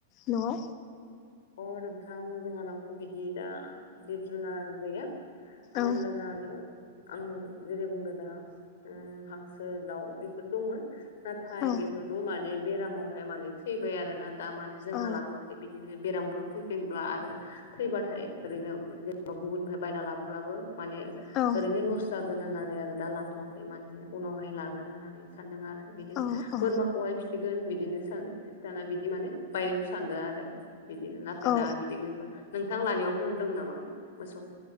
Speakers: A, on the left (about 35°); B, on the left (about 55°).
A: न'आव
B: अ नोंथां जोंहानावथ' बिदि दा जिब जुनार गैया मानो
A: औ
B: होमब्ला जांआनियाव आंओ जेरै बुंदों दा हांसो दाउ बेफोर दंमोन नाथाय
A: औ
B: बेफोर बेफोरबो माने बेरामावहाय माने थैबाय आरोना दा माने जोंहा
A: औ
B: लाथ'वाखै बिदिनो बेरामफोर फैफिनब्ला आरो थैबाथाय ओरैनो जेनेबा गुबुननिफ्राय बायना लाबोब्लाबो माने माने
A: औ
B: ओरैनो लस जागोन होननानै आरो दा लाथ'वाखै माने उनावहाय लागोन होननानै सानदों आरो बिदिनो
A: औ
B: बोरमाखौहाय फिसिगोन बिदिनो सान दाना बिदि माने बायनायखौ सानद आरो बिदि नाथाय
A: औ
B: दा बिदि गैथ' नोंथां लानायावफोर दं नामा मोसौ